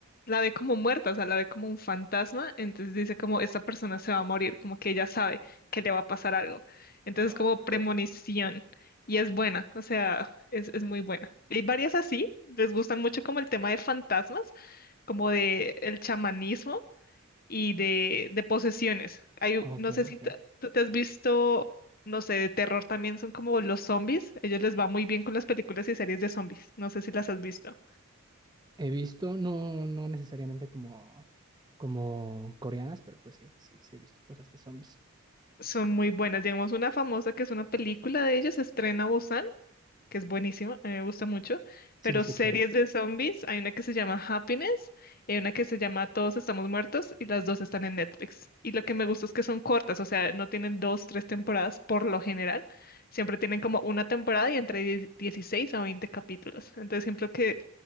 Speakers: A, on the left; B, on the right.
A: la ve como muerta, o sea, la ve como un fantasma, entonces dice como esta persona se va a morir, como que ella sabe que le va a pasar algo. Entonces
B: Wow.
A: como premonición y es buena, o sea, es, es muy buena. Hay varias así, les gustan mucho como el tema de fantasmas, como de el chamanismo. y de, de posesiones. Hay, u-
B: Ok,
A: no sé si
B: ok.
A: t- tú te has visto, no sé, de terror también son como los zombies. Ellos les va muy bien con las películas y series de zombies. No sé si las has visto.
B: He visto, no, no necesariamente como, como coreanas, pero pues sí, sí, sí he visto cosas de zombies.
A: Son muy buenas. Digamos, una famosa que es una película de ellos, se estrena que es buenísima, a mí me gusta mucho,
B: Sí
A: pero
B: la he escuchado.
A: series de zombies, hay una que se llama Happiness y hay una que se llama Todos estamos muertos y las dos están en Netflix. Y lo que me gusta es que son cortas, o sea, no tienen dos, tres temporadas por lo general, siempre tienen como una temporada y entre die- 16 a 20 capítulos. Entonces siempre que,